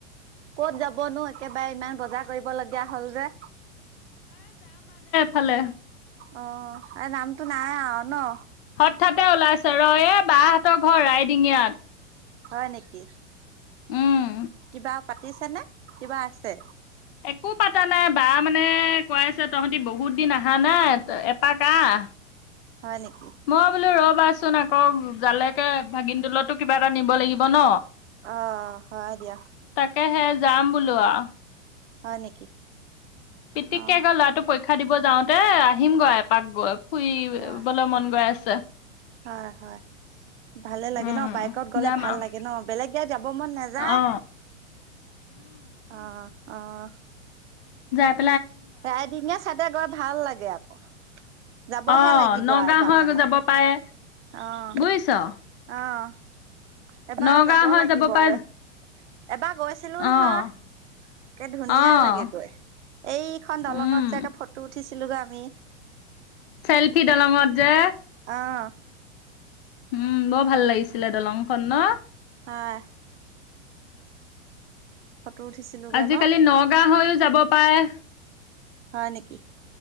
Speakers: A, on the right; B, on the left.
A: কত যাবনো একেবাৰে ইমান বজাৰ কৰিব লগীয়া হ'ল যে
B: ভালে।
A: অ', আৰু নামটো নাই আও ন'।
B: হঠাতে ওলাইছ ৰ' এ বাহঁতৰ ঘৰ ৰাইডিঙিয়াত।
A: হয় নেকি
B: উম
A: কিবা পাতিছে নে কিবা আছে?
B: একো পাতা নাই বা মানে কৈ আছে তহঁতি বহুত দিন আহা নাই এপাক আহ
A: হয় নেকি
B: মই বোলো ৰ'বাছো চোন আকৌ জালৈকে ভাগিন তোলতো কিবা এটা নিব লাগিব ন'।
A: অ হয় দিয়া
B: তাকে সে যাম বোলো আও।
A: হয় নেকি।
B: পিতিককে
A: অ
B: গৈ ল'ৰাটো পৰীক্ষা দিব যাওঁতে আহিম গৈ এপাক গৈ। শুইিবলৈ
A: হয়
B: মন গৈ আছে।
A: হয় হয়। ভালে লাগে
B: উম
A: ন' বাইকত গ'লে
B: যাম
A: ভাল
B: আৰু
A: লাগে ন', বেলেগ গাড়ী যাব মন নাযায়।
B: অ
A: অ', অ'।
B: য <unintelligible>
A: ৰাইদিঙীয়া চাইদে গৈ ভাল লাগে আকৌ। যাবহে
B: অ',
A: লাগিব
B: নগাঁও
A: এবাৰ
B: হৈ
A: মানা
B: যাব পাৰে।
A: অ
B: বুজিছ
A: অ', এবাৰ
B: নগাঁও
A: যাব
B: হৈ
A: লাগিব
B: পৰা
A: আৰু এবাৰ গৈছিলো নহয়।
B: অ',
A: তে ধুনীয়া
B: অ',
A: লাগেগৈ, এইখন দলঙত
B: উম।
A: যাকে ফটো উঠিছে ছিলোগে আমি
B: চেল্ফি দলঙত যে।
A: অ'।
B: উম বৰ ভাল লাগিছিলে দলংখন ন'।
A: হয়। ফটো উঠিছিলোগৈ
B: আজিকালি
A: ন
B: নগাঁও হৈও যাব পাৰে।
A: হয় নেকি।